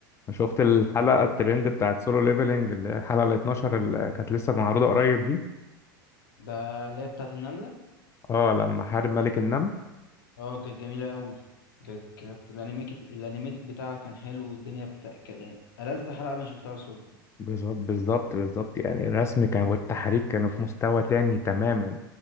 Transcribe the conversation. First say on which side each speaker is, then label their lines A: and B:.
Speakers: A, on the left; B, on the left.
A: شفت الحلقة
B: كان لطيف.
A: الترند بتاعت سولو ليفلينج اللي هي الحلقة ال 12 اللي كانت لسه معروضة قريب دي
B: ده اللي هي بتاعت النمله
A: اه لما حارب ملك النمل
B: اه كانت جميله قوي كانت كانت الانيميكت الانيميتد بتاعها كان حلو والدنيا بتاع كان ألذ حلقه انا شفتها سولو
A: بالظبط بالظبط بالظبط يعني الرسم كان والتحريك كانوا في مستوى تاني تماما